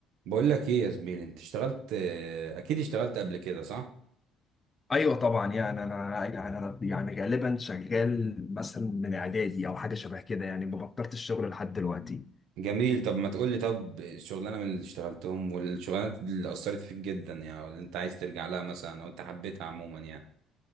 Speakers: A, on the right; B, on the left.
A: بقول لك ايه يا زميلي انت اشتغلت آه، اكيد اشتغلت قبل كده صح
B: ايوه طبعا يعني انا يعني انا يعني غالبا شغال مثلا من اعدادي او حاجه شبه كده يعني ما بطلت الشغل لحد دلوقتي
A: جميل طب ما تقول لي طب الشغلانه من اللي اشتغلتهم والشغلانات اللي اثرت فيك جدا يعني اللي انت عايز ترجع لها مثلا او انت حبيتها عموما يعني